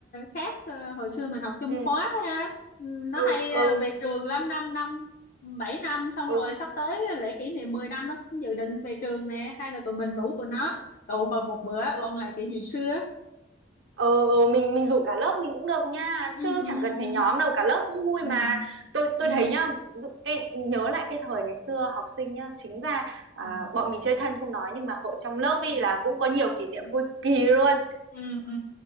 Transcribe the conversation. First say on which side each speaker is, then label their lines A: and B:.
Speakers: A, on the left (about 45°); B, on the right (about 65°).
A: khác ờ, hồi xưa mình học chung
B: ừ
A: khóa ha ừ,
B: ừ
A: nó hay
B: ừ
A: ờ, về trường lắm năm năm ừ, bảy năm xong
B: ừ
A: rồi sắp tới lễ kỷ niệm 10 năm nó cũng dự định về trường nè hay là tụi mình rủ tụi nó
B: ừ
A: tụ họp một bữa
B: ừ.
A: ôn lại kỷ niệm xưa
B: ừ, ừ mình mình rủ cả lớp mình cũng được nha
A: ừ
B: chứ
A: ừ
B: chẳng cần
A: ừ
B: phải nhóm đâu cả lớp cũng vui
A: ừ
B: mà tôi
A: ừ
B: tôi thấy nhá ví dụ cái nhớ lại cái thời ngày xưa học sinh nhá chính ra
A: ừ
B: à, bọn mình chơi thân không nói nhưng mà hội trong lớp
A: ừ. ừ.
B: ý là cũng có nhiều kỷ niệm
A: Ừ.
B: vui cực kỳ luôn
A: ừ, ừ.